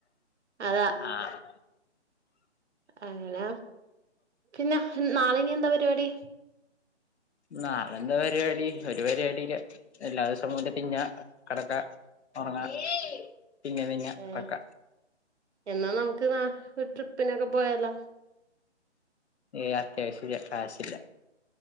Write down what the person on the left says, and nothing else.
ആഹ്
നാളെയെന്താ പരിപാടി ഒരു പരിപാടീല്ല എല്ലാ ദിവസോം പോലെ തിന്നാ കിടക്കാ ഉറങ്ങാ തിന്ന തിന്ന
കിടക്ക
ഏ അത്യാവശ്യ കാശില്ല.